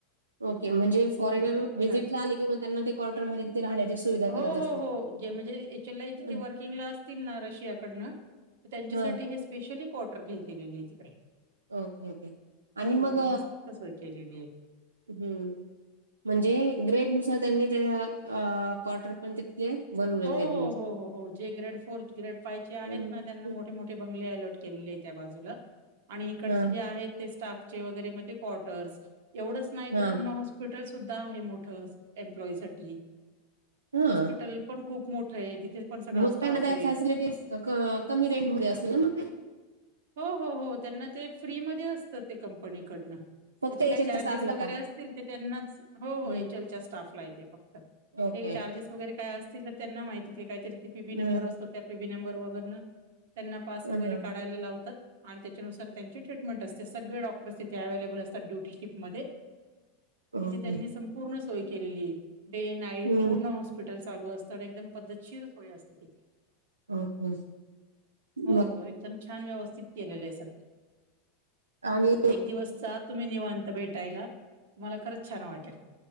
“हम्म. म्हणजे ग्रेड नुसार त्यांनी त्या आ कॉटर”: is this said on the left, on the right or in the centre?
Right